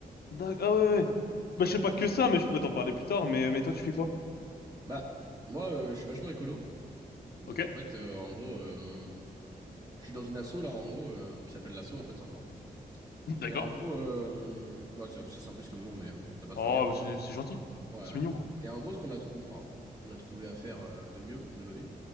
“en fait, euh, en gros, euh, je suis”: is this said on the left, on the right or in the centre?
Right